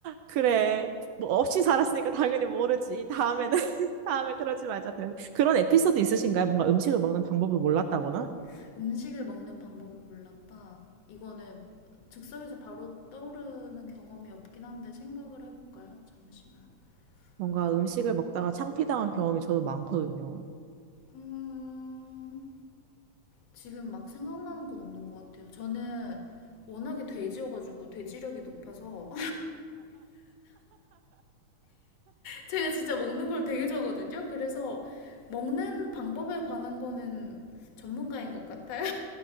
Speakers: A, on the right; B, on the left.
A: 그래, 뭐 없이 살았으니까 당연히 모르지. 다음에는, <laughs> 다음에 그러지 말자. 그래서 그런 에피소드 있으신가요? 뭔가 음식을 먹는 방법을 몰랐다거나?
B: <laughs> 음식을 먹는 방법을 몰랐다. 이거는 즉석에서 바로 떠오르는 경험이 없긴 한데 생각을 해볼까요? 잠시만.
A: 뭔가
B: 어,
A: 음식을 먹다가 창피당한 경험이 저는 많거든요.
B: 음, 지금 막 생각나는 건 없는 것 같아요. 저는 워낙에 돼지여가지고 돼지력이 높아서 제가 진짜 먹는 걸 되게 좋아하거든요. 그래서 먹는 방법에 관한 거는 전문가인 것 같아요.